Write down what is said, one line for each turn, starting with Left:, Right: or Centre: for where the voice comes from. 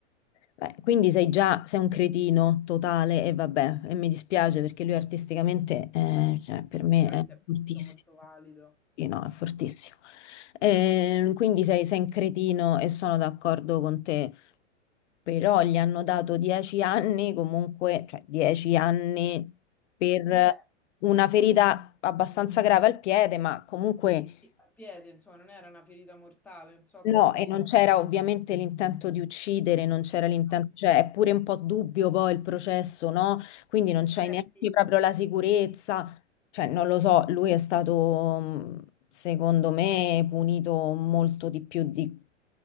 Left: Beh, quindi sei già, sei un cretino totale e vabbè, e mi dispiace perché lui artisticamente, eh, cioè, per me
Centre: ovviamente
Left: è
Centre: è
Left: fortissimo.
Centre: molto molto valido.
Left: Sì, no, è fortissimo. Ehm, quindi sei, sei un cretino e sono d'accordo con te, però gli hanno dato dieci anni comunque, cioè dieci anni per
Centre: Beh,
Left: una ferita abbastanza grave al piede, ma comunque
Centre: sì, al piede, insomma, non era una ferita mortale, non so
Left: No,
Centre: come
Left: e
Centre: dire.
Left: non c'era ovviamente l'intento di uccidere, non c'era l'intento,
Centre: No.
Left: cioè è pure un po' dubbio poi il processo, no? Quindi non c'hai
Centre: Eh
Left: neanche
Centre: sì,
Left: proprio la sicurezza, cioè non lo so, lui è stato mh, secondo me punito molto di più di,